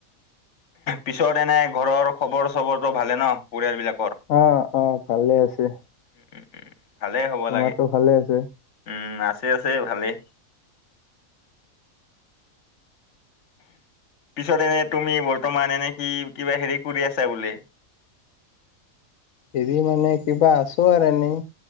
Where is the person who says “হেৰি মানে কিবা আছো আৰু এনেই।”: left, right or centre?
Left